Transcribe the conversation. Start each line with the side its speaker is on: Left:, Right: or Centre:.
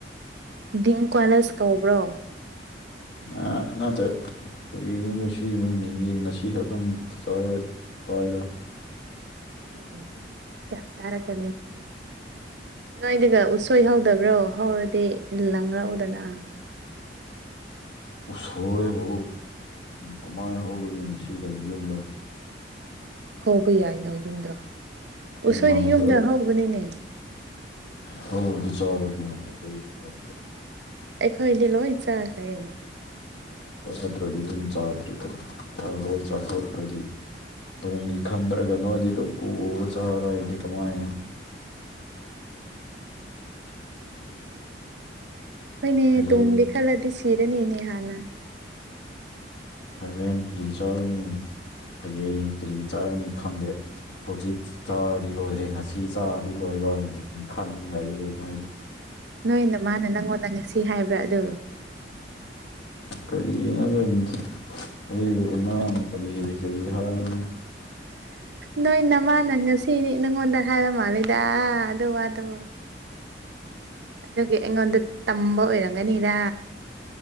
Right: ꯗꯤꯡꯀ꯭ꯋꯥꯂꯁ ꯀꯧꯕ꯭ꯔꯣ
Left: ꯑꯥ ꯅꯠꯇꯦ ꯀꯔꯤꯅꯣꯗ ꯁꯤꯒꯝ ꯃꯤꯡꯗꯤ ꯉꯁꯤ ꯈꯛꯇꯪ ꯇꯥꯌꯦ ꯇꯥꯏꯗ
Right: ꯎꯝ ꯌꯥꯝ ꯇꯔꯛꯀꯅꯤ ꯅꯣꯏꯗꯒ ꯎꯠꯁꯣꯏ ꯍꯧꯗꯕ꯭ꯔꯣ ꯍꯧꯔꯗꯤ ꯂꯪꯔꯛꯎꯗꯅ <inaudible>
Left: ꯎꯁꯣꯏꯕꯨ ꯀꯃꯥꯏ ꯍꯧꯔꯨꯅꯤ ꯁꯤꯗ ꯌꯨꯝꯗ
Right: ꯍꯧꯕ ꯌꯥꯏꯅ ꯌꯨꯝꯗ ꯎꯁꯣꯏꯗꯤ
Left: ꯎꯃꯪꯗ
Right: ꯌꯨꯝꯗ ꯍꯧꯕꯅꯤꯅꯦ
Left: ꯍꯧꯔꯗꯤ ꯆꯥꯔꯣꯗꯅ <unintelligible>
Right: ꯑꯩꯈꯣꯏꯗꯤ ꯂꯣꯏ ꯆꯥꯈ꯭ꯔꯦ
Left: ꯆꯗ꯭ꯔꯗꯤ ꯑꯗꯨꯝ ꯆꯥꯗ꯭ꯔꯦꯗꯅ ꯆꯥ ꯂꯣꯏ ꯆꯥꯊꯣꯛꯈ꯭ꯔꯗꯤ ꯇꯨꯡꯒꯤ ꯈꯟꯗ꯭ꯔꯒ ꯅꯣꯏꯗꯤ ꯑꯗꯨꯝ ꯎ ꯎꯕ ꯆꯥꯔ ꯂꯩꯔꯗꯤ ꯀꯃꯥꯏꯅ
Right: ꯍꯣꯏꯅꯦ
Left: ꯍꯌꯦꯡ
Right: ꯇꯨꯡꯒꯤ ꯈꯜꯂꯗꯤ ꯁꯤꯔꯅꯤꯅꯦ ꯍꯥꯟꯅ
Left: ꯍꯣꯔꯦꯟ ꯀꯔꯤ ꯆꯥꯒꯅꯤ ꯍꯌꯦꯡꯒꯤ ꯀꯔꯤ ꯆꯥꯒꯅꯤ ꯈꯪꯗꯦ ꯍꯧꯖꯤꯛ ꯆꯥꯔꯗꯤ ꯂꯣꯏꯔꯦ ꯉꯁꯤ ꯆꯥꯔꯗꯤ ꯂꯣꯏꯕ ꯈꯟ ꯂꯩꯔꯦ ꯅꯣꯏꯗꯤ
Right: ꯅꯣꯏ ꯅꯃꯥꯅ ꯅꯪꯉꯣꯟꯗ ꯉꯁꯤ ꯍꯥꯏꯕ꯭ꯔꯥ ꯑꯗꯨ
Left: ꯀꯔꯤꯒꯤꯅꯣꯗ ꯑꯩꯕꯨ ꯏꯃꯥꯅ ꯀꯔꯤ ꯀꯔꯤ ꯀꯔꯤ ꯍꯥꯏꯕꯅꯣ
Right: ꯅꯣꯏ ꯅꯃꯥꯅ ꯉꯁꯤꯗꯤ ꯅꯪꯉꯣꯟꯗ ꯍꯥꯏꯕ ꯃꯥꯜꯂꯤꯗ ꯑꯗꯨ ꯋꯥꯗꯣ ꯑꯗꯨꯒꯤ ꯑꯩꯉꯣꯟꯗ ꯇꯝꯕ ꯑꯣꯏꯔꯝꯒꯅꯤꯗ